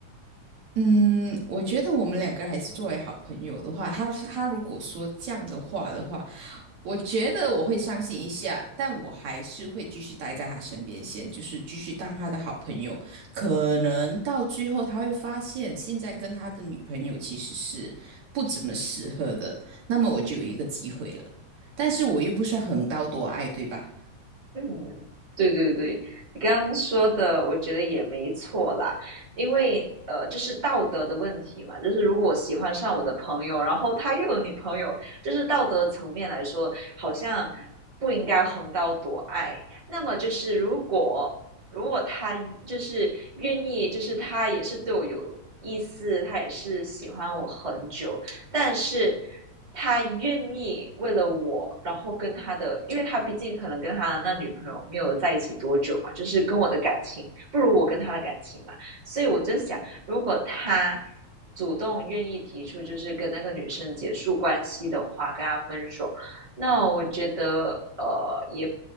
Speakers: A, on the right; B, on the right.
A: 嗯，我觉得我们两个还是作为好朋友的话，他他如果说这样的话的话，我觉得我会伤心一下，但我还是会继续待在他身边先，就是继续当他的好朋友。可能到最后他会发现，现在跟他的女朋友其实是不怎么适合的，那么我就有一个机会了。但是我又不算横刀夺爱，对吧？
B: 嗯，对对对，你刚刚说的，我觉得也没错啦，因为呃，就是道德的问题嘛，就是如果我喜欢上我的朋友，然后他又有女朋友，就是道德层面来说，好像不应该横刀夺爱。那么就是如果如果他就是愿意，就是他也是对我有意思，他也是喜欢我很久，但是他愿意为了我，然后跟他的，因为他毕竟可能跟他的那女朋友没有在一起多久嘛，就是跟我的感情不如我跟他的感情嘛，所以我就想，如果他主动愿意提出就是跟那个女生结束关系的话，跟他分手，那我觉得呃也。